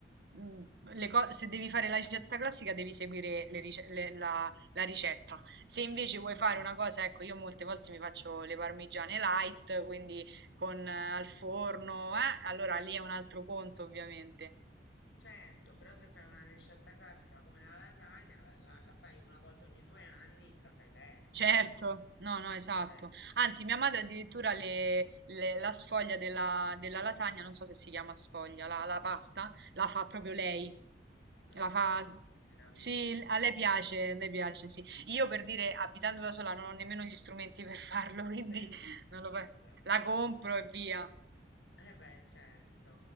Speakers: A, on the right; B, on the left.
A: mh, le co- se devi fare la ricetta classica devi seguire le rice- le- la, la ricetta, se invece vuoi
B: sì.
A: fare una cosa, ecco, io molte volte mi faccio le parmigiane light, quindi con eh, al forno, eh, allora lì è un altro conto ovviamente.
B: Certo, però se fai una ricetta classica come la lasagna, la, la- la fai una volta ogni due anni, la fai bene, pu-
A: Certo,
B: punto. cioè.
A: no, no, esatto.
B: Eh,
A: Anzi, mia madre addirittura le- le- la sfoglia della, della lasagna, non so se si chiama sfoglia, la, la pasta, la fa proprio
B: sì,
A: lei.
B: brava,
A: La fa...
B: che meraviglia.
A: Sì, a lei piace, a lei piace, sì. Io per dire, abitando da sola, non ho nemmeno gli strumenti per farlo, <laughs> quindi
B: Eh,
A: non lo fa-
B: esatto.
A: La compro e via.
B: Eh beh, certo.